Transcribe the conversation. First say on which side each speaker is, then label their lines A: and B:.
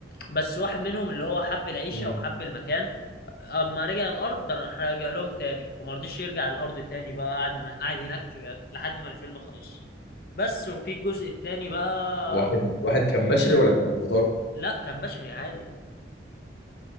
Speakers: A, on the left; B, on the left.
A: بس واحد منهم اللي هو حب العيشه
B: مم.
A: وحب المكان اما رجع الارض ده راح رجع لهم تاني وما رضيش يرجع الارض تاني بقى قعد قاعد هناك لحد ما الفيلم خلص بس وفي الجزء التاني بقى
B: واحد واحد كان بشري ولا كان افاتار
A: لا كان بشري عادي